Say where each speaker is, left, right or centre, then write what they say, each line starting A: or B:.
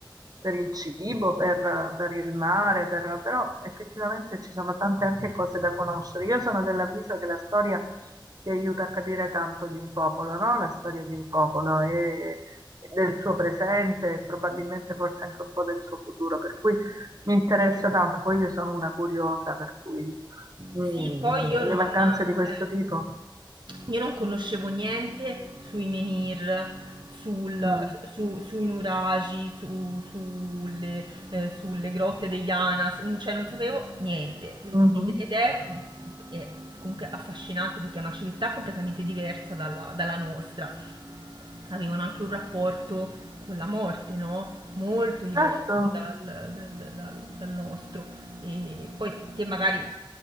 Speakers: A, on the right; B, on the right.
A: per il cibo, per, per il mare, per- però effettivamente ci sono tante anche cose da conoscere. Io sono dell'avviso che la storia ti aiuta a capire tanto di un popolo, no? La storia di un popolo e e del suo presente, e probabilmente forse anche un po' del suo futuro, per cui mi interessa tanto. Poi io sono una curiosa, per cui mm,
B: Sì, poi io non,
A: le vacanze
B: eh,
A: di questo tipo.
B: io non conoscevo niente sui menhir, sul-
A: mm.
B: su- sui nuraghi, su- sulle, eh, sulle grotte degli Anas, n- cioè non sapevo niente.
A: Mh-mh.
B: Ed ed è, mm, è comunque affascinante perché è una civiltà completamente diversa dalla, dalla nostra. Avevano anche un rapporto con la morte, no? Molto diverso
A: Certo,
B: dal dal- dal- dal nostro. E poi te magari